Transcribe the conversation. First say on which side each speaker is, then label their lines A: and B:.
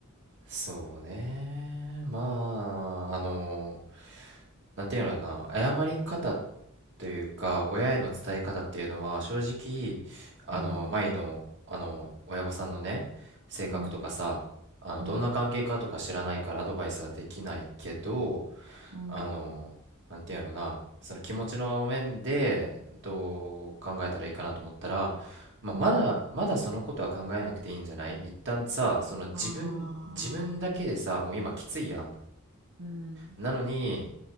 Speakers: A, on the right; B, on the right.
A: そうね。まあ、あの、なんていうのかな、謝り方というか、親への伝え方っていうのは、正直、あの、
B: うん、
A: 前の、あの、親御さんのね、性格とかさ、
B: うん、
A: あの、
B: うん、
A: どんな関係かとか知らないからアドバイスはできないけど、
B: うん、
A: あのなんていうんやろうなその気持ちの面でどう考えたらいいかなと思ったら、まあ、まだまだそのことは考えなくていいんじゃない一旦さその自分自分だけでさもう今きついやん
B: うん。ああ、うん、
A: なのに